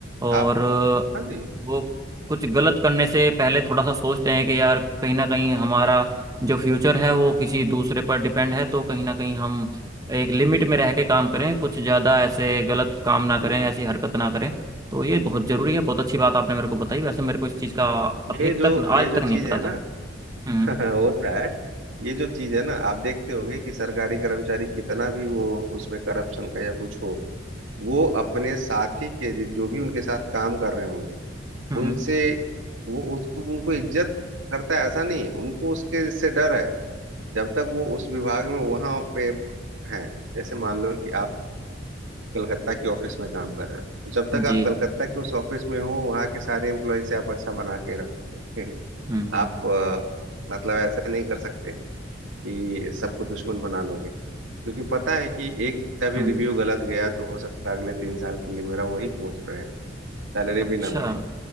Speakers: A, on the right; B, on the right.
A: और
B: आप
A: अ,
B: हाँ जी
A: वो कुछ गलत करने से पहले थोड़ा सा सोचते हैं कि यार कहीं ना कहीं हमारा जो फ्यूचर है वो किसी दूसरे पर डिपेंड है तो कहीं ना कहीं हम एक लिमिट में रह के काम करें कुछ ज़्यादा ऐसे गलत काम ना करें
B: बिल्कुल
A: ऐसी हरकत ना करें तो ये बहुत जरूरी है बहुत अच्छी बात आपने मेरे को बताई वैसे मेरे को इस चीज़ का
B: ये
A: अभी
B: जो
A: तक आज
B: ये जो
A: तक
B: चीज
A: नहीं पता
B: है
A: था
B: ना
A: हम्म
B: <laughs> होता है ये जो चीज है ना आप देखते होंगे कि सरकारी कर्मचारी कितना भी वो उसमें करप्शन का या कुछ हो वो अपने साथी के जो भी उनके साथ काम कर रहे होंगे
A: हम्म
B: उनसे वो उसको उनको इज्जत करता है ऐसा नहीं है उनको उसके इससे डर है जब तक वो उस विभाग में वहां पे हैं जैसे मान लो कि आप कलकत्ता के ऑफिस में काम कर रहे हो तो जब तक
A: जी
B: आप कलकत्ता के उस ऑफिस में हो वहाँ के सारे एम्प्लॉय से आप अच्छा बना के रखोगे <laughs>
A: हम्म
B: आप अ, मतलब ऐसा नहीं कर सकते कि सबको दुश्मन बना लोगे क्योंकि पता है कि एक का भी
A: हम्म
B: रिव्यू गलत गया तो हो सकता है अगले तीन साल के लिए मेरा वही पोस्ट रहे सैलरी
A: अच्छा
B: भी ना बढ़े